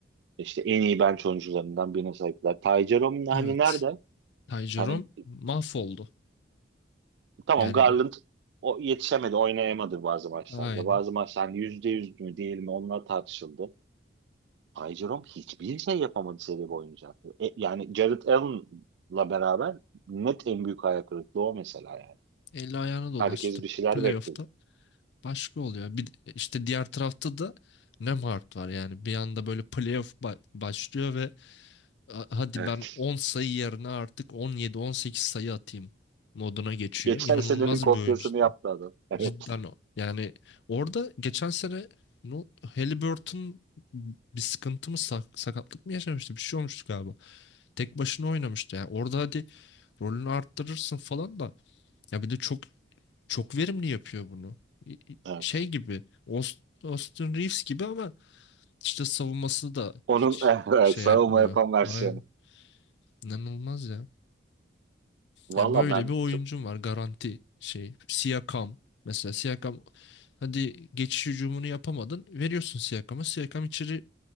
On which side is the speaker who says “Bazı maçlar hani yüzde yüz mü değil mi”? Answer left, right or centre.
Right